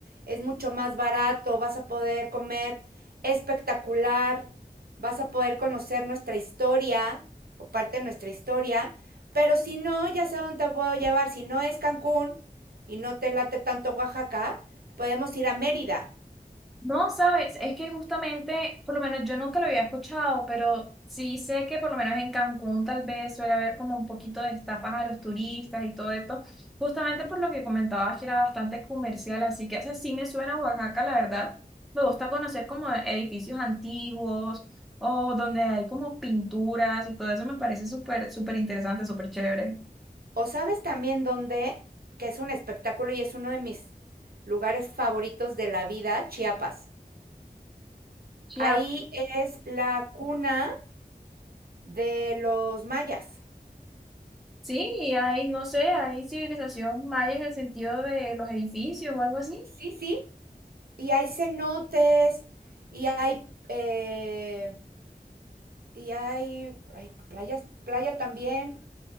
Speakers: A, on the right; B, in the centre.
A: es mucho más barato, vas a poder comer espectacular, vas a poder conocer nuestra historia o parte de nuestra historia, pero si no, ya sé a dónde te puedo llevar, si no es Cancún y no te late tanto Oaxaca, podemos ir a Mérida.
B: No, sabes, es que justamente, por lo menos yo nunca lo había escuchado, pero sí sé que por lo menos en Cancún tal vez suele haber como un poquito de estafas a los turistas y todo esto, justamente por lo que comentabas que era bastante comercial, así que, o sea, sí me suena a Oaxaca, la verdad. Me gusta conocer como edificios antiguos o donde hay como pinturas y todo eso me parece súper, súper interesante, súper chévere.
A: O sabes también dónde, que es un espectáculo y es uno de mis lugares favoritos de la vida, Chiapas.
B: Ya,
A: Ahí es la cuna de los mayas.
B: Sí, y hay, no sé, hay civilización maya en el sentido de los edificios o algo así.
A: Sí, sí. Y hay cenotes, y hay, eh, y hay, hay playas, playa también.